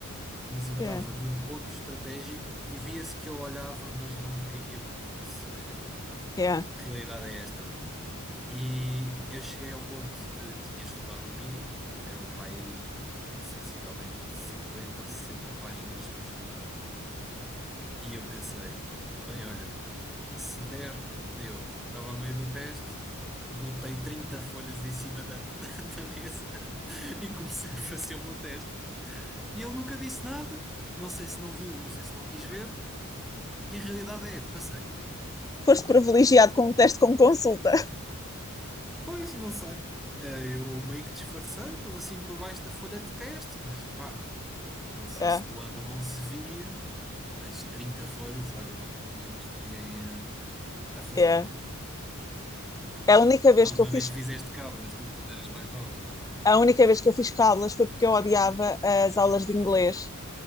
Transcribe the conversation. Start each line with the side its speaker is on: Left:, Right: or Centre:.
Centre: mas eu
Left: Yeah,
Centre: estava num ponto estratégico e via-se que ele olhava, mas não queria muito saber.
Left: yeah.
Centre: A realidade é esta. E eu cheguei ao ponto de tinha estudado o mínimo, eram para aí sensivelmente 50 a 60 páginas para estudar, e eu pensei, bem, olha, se der, deu. Estava a meio do teste, botei 30 folhas em cima da, <laughs> da mesa e comecei a fazer o meu teste. E ele nunca disse nada, não sei se não viu, não sei se não quis ver, e a realidade é, passei.
Left: Foste privilegiado com um teste com consulta.
Centre: Pois, não sei. Eh, Eu meio que disfarcei, pus assim por baixo da folha de teste, mas pá, Não sei
Left: Yeah,
Centre: se do ângulo não se via, mas 30 folhas, olha, nunca tinha visto ninguém eh, a, fazer.
Left: yeah. A única vez
Centre: Alguma
Left: que eu
Centre: vez
Left: fiz,
Centre: fizeste cábulas, tu, quando eras mais nova?
Left: a única vez que eu fiz cábulas foi porque eu odiava as aulas de inglês,